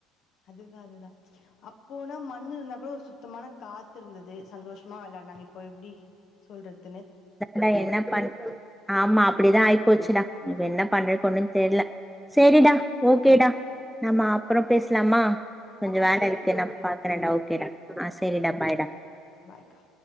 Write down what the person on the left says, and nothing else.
அதுதா அதுதா அப்போனா மண்ணுருந்தா கூட ஒரு சுத்தமான காத்து இருந்துது சந்தோஷமா வெளா நாங்க இப்ப எப்டி சொல்றத்
ஆமா.
சரிங்க்கா,
சரிங்க்கா.
பைக்கா